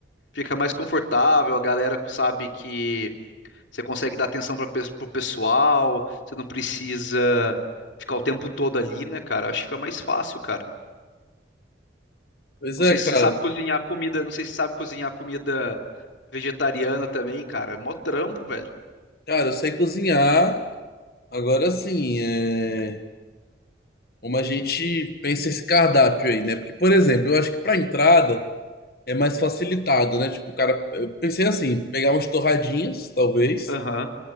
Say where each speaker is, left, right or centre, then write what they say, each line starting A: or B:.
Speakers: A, on the left; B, on the left.
A: Fica mais confortável, a galera sabe que. Você consegue dar atenção para o pessoal, você não precisa ficar o tempo todo ali, né, cara? Acho que foi mais fácil, cara.
B: Pois
A: Não
B: é,
A: sei se
B: cara.
A: você sabe cozinhar comida, não sei se você sabe cozinhar comida vegetariana também, cara. É mó trampo, velho.
B: Cara, eu sei cozinhar. Agora sim, é... como a gente pensa esse cardápio aí, né? Porque, por exemplo, eu acho que pra entrada é mais facilitado, né? Tipo, o cara, eu pensei assim, pegar umas torradinhas, talvez
A: Aham.